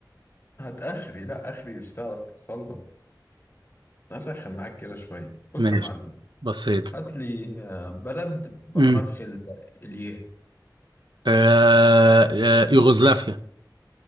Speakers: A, on the left; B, on the right.
A: هتاخري لا اخري مش هتعرف توصل له نسخن معاك كده شويه بص
B: ماشي
A: يا معلم
B: بسيط
A: هات لي آه، بلد بحرف
B: امم
A: ال- الياء
B: آه آه، يوغوسلافيا